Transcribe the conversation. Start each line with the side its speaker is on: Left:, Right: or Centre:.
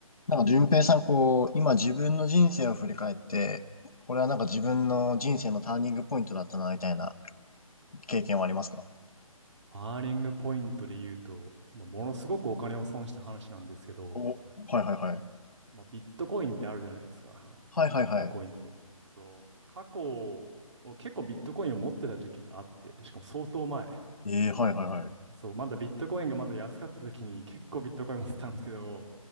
Left: なんか、順平さん、こう、今自分の人生を振り返って、これはなんか自分の人生のターニングポイントだったな、みたいな経験はありますか
Right: アーリングポイントで言うと、まあ、ものすごくお金を損した話なんですけど、
Left: お、はいはいはい。
Right: まあ、ビットコインってあるじゃないですか。<laughs>
Left: はいはいはい。
Right: ビットコインって。そう。過去、結構ビットコインを持ってた時期があって、しかも相当前。
Left: ええはいはいはい。
Right: そう、まだビットコインがまだ安かった時に結構ビットコイン持ってたんですけど、